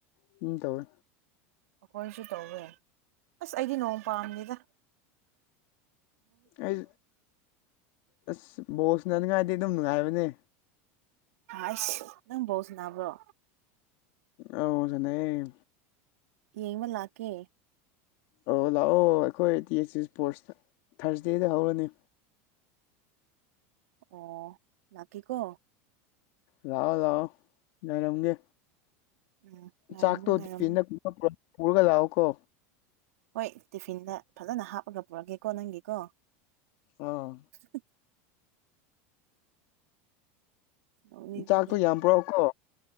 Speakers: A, on the left; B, on the right.
A: ꯑꯗꯨꯝ ꯇꯧꯋꯦ
B: ꯑꯩꯈꯣꯏꯅꯁꯨ ꯇꯧꯋꯦ ꯑꯁ ꯑꯩꯗꯤ ꯅꯣꯡ ꯄꯥꯝꯅꯤꯗ
A: ꯑꯩ ꯑꯁ ꯕꯣꯁꯅꯅꯤꯡꯉꯥꯏꯗꯤꯦ ꯑꯗꯨꯝ ꯅꯨꯡꯉꯥꯏꯕꯅꯦ
B: ꯑꯁ ꯅꯪ ꯕꯣꯜ ꯁꯅꯥꯕ꯭ꯔꯣ
A: ꯑꯧꯖꯅꯩ
B: ꯌꯦꯡꯕ ꯂꯥꯛꯀꯦ
A: ꯑꯣ ꯂꯥꯛꯑꯣ ꯑꯩꯈꯣꯏ ꯇ ꯑꯁꯤ ꯏꯁꯄꯣꯔꯠꯁꯇ ꯊꯥꯔꯁꯗꯦꯗ ꯍꯧꯔꯅꯤ
B: ꯑꯣ ꯂꯀ ꯀꯣ
A: ꯂꯥꯛꯑꯣ ꯂꯥꯛꯑꯣ ꯉꯥꯢꯔꯝꯒꯦ
B: ꯎꯝ ꯉꯥꯏꯔꯝꯃꯨ
A: ꯆꯥꯛꯇꯣꯗꯤ
B: ꯉꯥꯏꯔꯝꯃꯨ
A: ꯐꯤꯅ ꯄꯨꯔꯒ ꯂꯥꯛꯎ ꯀꯣ
B: ꯍꯣꯏ ꯇꯤꯐꯤꯟꯗ ꯐꯖꯅ ꯍꯥꯞꯄꯒ ꯄꯨꯔꯒꯦꯀꯣ ꯅꯪꯒꯤꯀꯣ
A: ꯑꯥ
B: ꯎ ꯅꯣꯛꯅꯤꯡꯉꯤꯅꯦ
A: ꯆꯥꯛꯇꯣ ꯌꯥꯝ ꯄꯨꯔꯛꯑꯣ ꯀꯣ